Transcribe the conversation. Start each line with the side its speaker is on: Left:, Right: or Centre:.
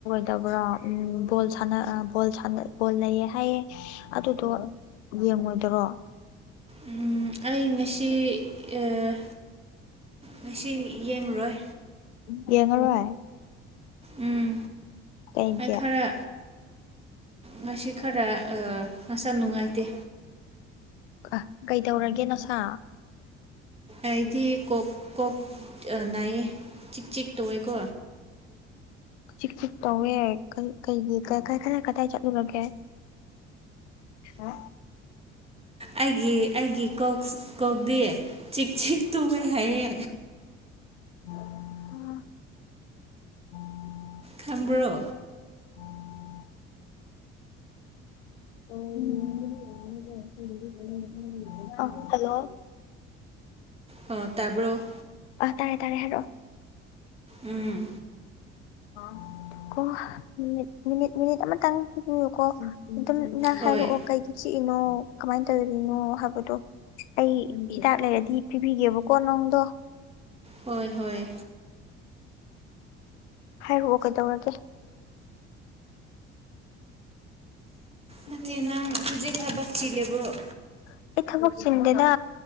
Left: ꯗꯕ꯭ꯔꯥ ꯎꯝ ꯕꯣꯜ ꯁꯥꯟꯅ ꯑ ꯕꯣꯜ ꯁꯥꯟꯅ ꯕꯣꯜ ꯂꯩꯌꯦ ꯍꯥꯏꯌꯦ ꯑꯗꯨꯗꯣ ꯌꯦꯡꯉꯣꯏꯗ꯭ꯔꯣ
Right: ꯎꯝ ꯑꯩ ꯉꯁꯤ ꯑꯥ ꯉꯁꯤ ꯌꯦꯡꯔꯣꯏ
Left: <unintelligible> ꯌꯦꯡꯉꯔꯣꯏ
Right: ꯎꯝ
Left: ꯀꯩꯒꯤ
Right: ꯑꯩ ꯈꯔ ꯉꯁꯤ
Left: <unintelligible>
Right: ꯈꯔ ꯑꯥ ꯃꯁꯥ ꯅꯨꯡꯉꯥꯏꯇꯦ
Left: ꯑ ꯀꯩꯗꯧꯔꯒꯦ ꯅꯁꯥ
Right: ꯑꯩꯗꯤ ꯀꯣꯛ ꯀꯣꯛ ꯅꯥꯏꯌꯦ ꯑ ꯆꯤꯛ ꯆꯤꯛ ꯇꯧꯋꯦꯀꯣ
Left: ꯆꯤꯛ ꯆꯤꯛ ꯇꯧꯋꯦ ꯀꯩ ꯀꯩꯒꯤ ꯀꯥꯏ ꯀꯥꯏ ꯀꯥꯏ ꯀꯗꯥꯏ ꯆꯠꯂꯨꯔꯒꯦ ꯍꯥ
Right: ꯑꯩꯒꯤ ꯑꯩꯒꯤ ꯀꯣꯛ ꯀꯣꯛꯗꯤ ꯆꯤꯛ ꯆꯤꯛ ꯇꯨꯋꯦ ꯍꯥꯏꯌꯦ
Left: <unintelligible> <unintelligible> <unintelligible>
Right: ꯈꯝꯕ꯭ꯔꯣ
Left: <unintelligible> <unintelligible> ꯍꯜꯂꯣ
Right: ꯑ ꯇꯥꯕ꯭ꯔꯣ
Left: ꯑꯥ ꯇꯥꯔꯦ ꯇꯥꯔꯦ ꯍꯥꯏꯔꯛꯑꯣ
Right: ꯎꯝ
Left: ꯊꯨ ꯀꯣ ꯃꯤꯅꯤꯠ ꯃꯤꯅꯤꯠ ꯃꯤꯅꯤꯠ ꯑꯃꯇꯪ ꯄꯤꯕꯤꯌꯨꯀꯣ ꯑꯗꯨꯝ ꯅꯪ
Right: ꯍꯣꯏ
Left: ꯍꯥꯏꯔꯛꯑꯣ ꯀꯩꯒꯤ ꯆꯤꯛ ꯀꯤꯅꯣ ꯀꯃꯥꯏꯅ ꯇꯧꯔꯤꯅꯣ ꯍꯥꯏꯕꯗꯣ ꯑꯩ ꯍꯤꯗꯥꯛ ꯂꯩꯔꯗꯤ ꯄꯤꯕꯤꯒꯦꯕꯀꯣ ꯅꯪ ꯇꯣ
Right: ꯍꯣꯏ ꯍꯣꯏ
Left: ꯍꯥꯏꯔꯛꯑꯣ ꯀꯩꯗꯧꯔꯒꯦ <unintelligible>
Right: ꯅꯠꯇꯦ ꯅꯪ ꯍꯧꯖꯤꯛ ꯊꯕꯛ ꯆꯤꯜꯂꯤꯕ꯭ꯔꯣ
Left: ꯑꯩ ꯊꯕꯛ ꯁꯤꯟꯗꯦꯗ